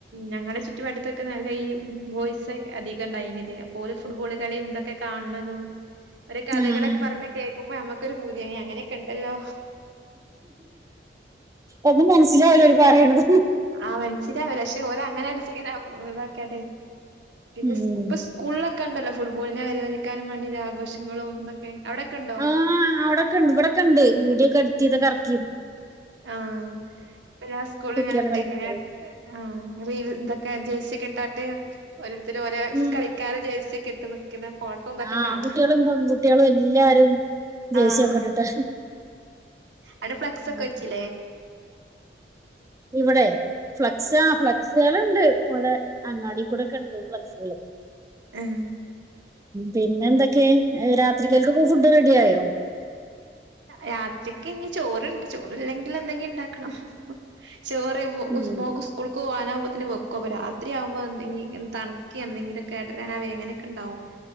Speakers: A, on the right; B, on the right.
A: ഞങ്ങള് ചത്തൊക്കെ നല്ല ഈ വോയിസ് അധികം ഉണ്ടായിത് അ ഫുട്ബോള് കളി എന്തൊക്കെ കാണതും ഒരു കഥകളൊക്കെ
B: ആഹ് ആഹ്
A: പറഞ്ഞ കേക്കുമ്പോ ഞമ്മക്കൊരു പൂതി അങ്ങനെയൊക്കെ ഒണ്ടല്ലോ.
B: അത് മനസിലാവല്ലോര് പറയണത്.
A: ആ മനസ്സിലാവില്ല. പക്ഷേഓല അങ്ങന അ ഇതാക്കെ പിന്നെ
B: ഉം.
A: ഇപ്പ സ്കൂളിലക്കെ ഒക്കെണ്ടല്ലോ ഫുട്ബോളിനെ വലിക്കാനും വേണ്ടിയ ഒരു ആഘോഷങ്ങളുംതൊക്കെ. എവിടെൊക്കെ ഉണ്ടോ
B: ആ അവിടൊക്കെ ഉണ്ട് ഇവിടെ ഒക്കെ ഉണ്ട് വീഡിയോ ഒക്കെ എഡിറ്റ് ചെയ്തൊക്കെ ഇറക്കിയിരുന്നു
A: ആഹ ഇപ്പല്ല സ്കൂൾ
B: കുട്ടികൾ
A: എങ്ങനെണ്ട്.
B: കളിക്കാൻ
A: എങ്ങനെ ആ ഇതൊക്കെ ജേഴ്സി കെട്ടാട്ട് ഓരോരുത്തര ഓരോ
B: ഉം.
A: കളിക്കാർ ജേഴ്സി ഒക്കെ ഇട്ട് നിക്കുന്ന ഫോട്ടോ ഇതൊക്കെ
B: ആ ആൺകുട്ടിളും
A: കാണാ
B: പെൺകുട്ടിളും എല്ലാരും ജേസിയൊക്കെ
A: ആഹ്
B: ഇട്ടിട്ട്
A: അവിടെ ഫ്ലക്സ്
B: ഉം.
A: ഒക്കെ വച്ചില്ലേ.
B: ഇവിടെ ഫ്ലക്സ് ആ ഫ്ലക്സുകള്ണ്ട്. ഇവിടെ അങ്ങാടി കൂടെ ഒക്കെണ്ട്. <unintelligible>
A: ഉം
B: പിന്നെ എന്തൊക്കെ രാത്രികൽക്കൊക്ക ഫുഡ് റെഡി ആയോ?
A: രാത്രിക്ക് ഇനി ചോറുണ്ട് ചോറല്ലെങ്കി എന്തെങ്കും ഉണ്ടാക്കണം. ചോറ് മോള്
B: ഉം
A: ക്ക് സ്കൂൾക്ക് പോവാ ന് വെക്കോ അപ്പൊ രാത്രിയാവുമ്പോ എന്തെങ്ക തണക്കി എന്തെങ്കിലും കേടരൻാവ അങ്ങനെയൊക്കെ ഉണ്ടാവോ